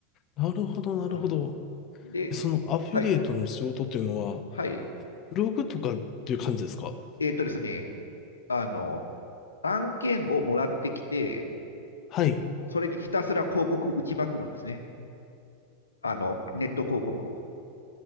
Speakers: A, on the left (about 35°); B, on the left (about 75°).
A: あ、なるほど、なるほど。
B: あ、で、
A: えそのアフィリエイトの仕事っていうのは、
B: はい、はい。
A: ブログとかっていう感じですか
B: えっとですね、あの、案件をもらってきて、
A: はい。
B: それにひたすら広告打ちまくるんですね。あの、ネット広告を。